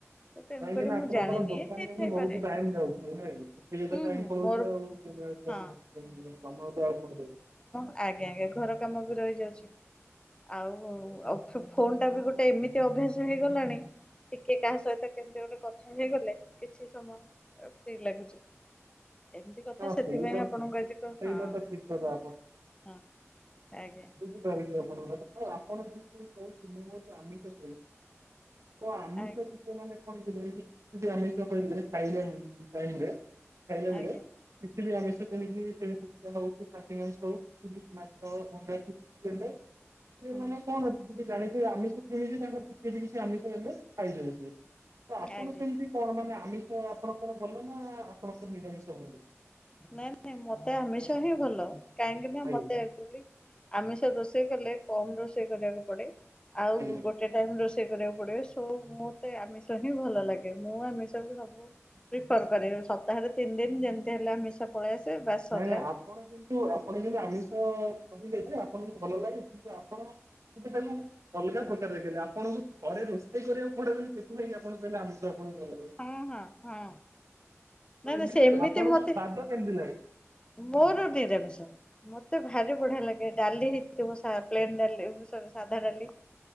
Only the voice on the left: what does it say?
ତ ତେଣୁକରି
ମୁଁ
ଜାଣିନି
ହେଇଥାଇପାରେ
ହୁଁ
ହୁଁ
ମୋର
ହଁ
ଆଜ୍ଞା ଆଜ୍ଞା ଘର କାମ ବି ରହିଯାଉଛି ଆଉ ଆଉ ଫୋନ ଟା ବି ଗୋଟେ ଏମିତି ଅଭ୍ୟାସ ହେଇଗଲାଣି ଟିକେ କାହା ସହିତ କେମିତି ଗୋଟେ କଥା ହେଇଗଲେ କିଛି ସମୟ ଠିକ ଲାଗୁଛି ଏମିତି କଥା
ସେଥିପାଇଁ
ଆପଣଙ୍କୁ ଆଜି କ
ହଁ
ହଁ ଆଜ୍ଞା
ଆଜ୍ଞା
ଆଜ୍ଞା
ହୁଁ
ହୁଁ
ଆଜ୍ଞା।
ନାଇଁ ନାଇଁ ମତେ ଆମିଷ ହିଁ ଭଲ କାହିଁକି ନା
ମତେଚୁଲି ଆମିଷ ରୋଷେଇ କଲେ କମ ରୋଷେଇ କରିବାକୁ ପଡେ ଆଉ
ଗୋଟେ ଗୋଟେ ଟାଇମ୍ ରୋଷେଇ କରିବାକୁ ପଡ଼େ ସୋ ମୋତେ ଆମିଷ ହିଁ ଭଲ ଲାଗେ ମୁଁ ଆମିଷକୁ ସବୁ ପ୍ରିଫର କର ସପ୍ତାହରେ ତିନି ଦିନ ଯେମିତି ହେଲେ ଆମିଷ ପଳେଇ ଆସେ ବାସ
ସରିଲା
ହଁ ହଁ ହଁ ନାଇଁ
ନାଇଁ ସେମିତି
ମତେ
ମୋର ଦିଇଦବେେଶ ମତେ ଭାରି ବଢିଆ ଲାଗେ ଡାଲି ହେଇଥିବ ପ ଡା ସାଧା ଡାଲି